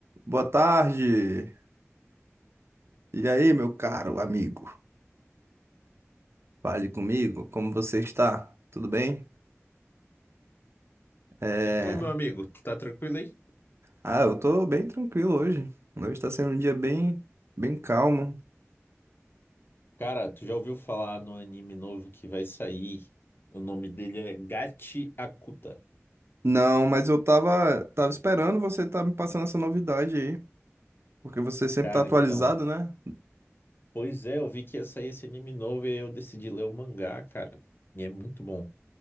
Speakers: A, on the right; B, on the left.
A: Boa tarde. E aí, meu caro amigo? Fale comigo, como você está? Tudo bem? É,
B: Então, meu amigo, tu tá tranquilo aí?
A: Ah, eu tô bem tranquilo hoje. Hoje tá sendo um dia bem, bem calmo.
B: Cara, tu já ouviu falar no anime novo que vai sair? O nome dele é Gachi Akuta.
A: Não, mas eu tava, tava esperando você estar me passando essa novidade aí, porque você sempre
B: Cara,
A: tá atualizado,
B: então.
A: né?
B: Pois é, eu vi que ia sair esse anime novo e aí eu decidi ler o mangá, cara. E é muito bom.